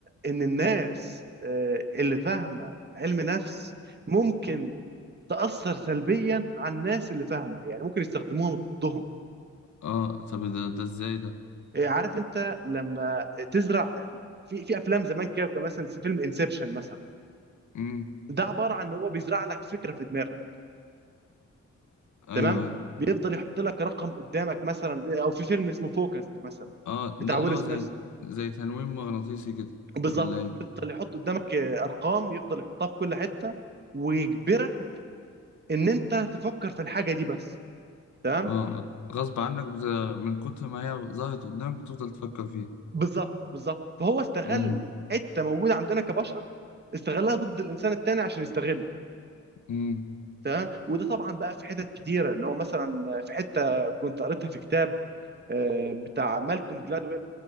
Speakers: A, on the right; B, on the left.
A: ان الناس آه، اللي فاهمه علم نفس ممكن تأثر سلبيا على الناس اللي فاهمة يعني ممكن يستخدموها ضدهم
B: اه طب ده, ده ازاي ده
A: إيه، عارف انت لما تزرع في في افلام زمان كده كان مثلا فيلم انسبشن مثلا
B: امم
A: ده عبارة عن ان هو بيزرع لك فكرة في دماغك
B: ايوه
A: تمام
B: ايوه
A: بيفضل يحط لك رقم قدامك مثلا او في فيلم اسمه فوكس مثلا
B: اه
A: بتاع
B: ده اللي
A: ويل
B: هو
A: سميث
B: زي زي تنويم مغناطيسي كده
A: بالظبط
B: ولا ايه
A: بيفضل يحط قدامك آه، ارقام يفضل يحطها في كل حتة ويجبرك ان انت تفكر في الحاجة دي بس تمام
B: اه غصب عنك بت... من كتر ما هي ظهرت قدامك بتفضل تفكر فيها
A: بالظبط بالظبط فهو استغل
B: امم
A: حته موجوده عندنا كبشر استغلها ضد الانسان التاني عشان يستغله
B: امم
A: تمام وده طبعا بقى في حتت كتيره اللي هو مثلا في حته كنت قريتها في كتاب آه، بتاع مالكوم جلادويل